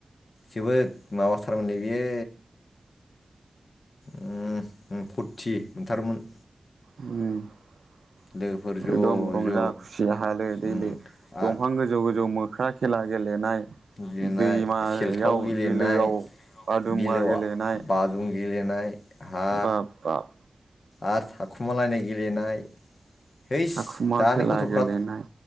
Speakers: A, on the left; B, on the right.
A: जोबोद माबाथारमोनलै बियो। ओम होम फुरथि मोनथारोमोन।
B: उम एकदम
A: लोगोफोर ज'
B: रंजा
A: ज'
B: खुसिया हालो दैलो
A: उम आ
B: दंफां गोजौ गोजौ मो ख्रा खेला गेलेनाय
A: गेलेनाय
B: दैमा
A: सेलथाव
B: याव
A: गेलेनाय
B: बिलोआव आदुमुवा
A: बिलोआव
B: गेलेनाय
A: बाजुं गेलेनाय हा
B: बाब बाब
A: आर थाखुमालायनाय गेलेनाय हैस
B: थाखुमा
A: दानि
B: खेला
A: गथ'फ्रा
B: गेलेनाय